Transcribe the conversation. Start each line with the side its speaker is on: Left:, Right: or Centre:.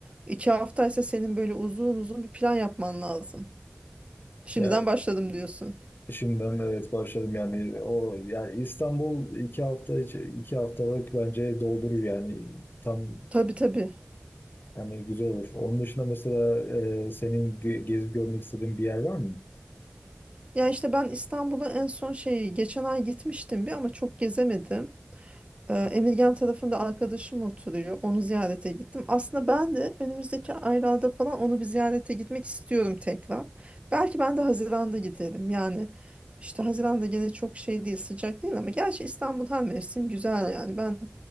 Right: 2 haftaysa senin böyle uzun uzun bir plan yapman lazım. Şimdiden
Left: Ya
Right: başladım diyorsun.
Left: şimdiden de evet başladım yani o yani İstanbul iki hafta içi- iki haftalık bence doldurur yani tam
Right: Tabii tabii.
Left: hani güzel olur. Onun dışında mesela e, senin ge- gezip görmek istediğin bir yer var mı?
Right: Ya işte ben İstanbul'a en son şey geçen ay gitmiştim bir ama çok gezemedim. Ee, Emirgan tarafında arkadaşım oturuyor. Onu ziyarete gittim. Aslında ben de önümüzdeki aylarda falan onu bir ziyarete gitmek istiyorum tekrar. Belki ben de Haziran'da giderim. Yani işte Haziran'da gene çok şey değil, sıcak değil ama gerçi İstanbul her mevsim güzel yani. Ben